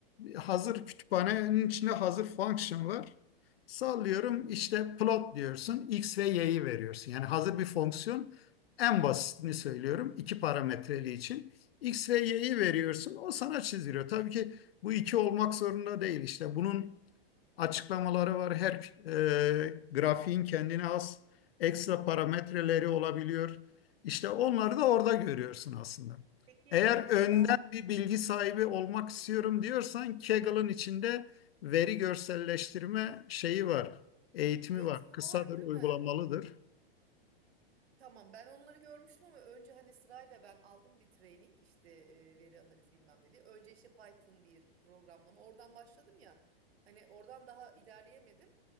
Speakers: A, on the left; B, on the right.
A: hazır kütüphanenin içinde hazır function var. Sallıyorum işte plot diyorsun. X ve Y'yi veriyorsun. Yani hazır bir fonksiyon. En basitini söylüyorum. iki parametreli için. X ve Y'yi veriyorsun. O sana çiziyor. Tabii ki bu iki olmak zorunda değil. İşte bunun açıklamaları var. Her e, grafiğin kendine has ekstra parametreleri olabiliyor. İşte onları da orada görüyorsun aslında.
B: Peki
A: Eğer
B: e,
A: önden
B: ben
A: bir bilgi sahibi olmak istiyorum diyorsan Kaggle'ın içinde veri görselleştirme şeyi var, eğitimi
B: eğitimi
A: var. Kısadır,
B: var değil
A: uygulamalıdır.
B: mi? O, tamam ben onları görmüştüm ama önce hani sırayla ben aldım bir training işte e, veri analiz bilmem ne diye. Önce işte Python bir programlama oradan başladım ya hani oradan daha ilerleyemedim.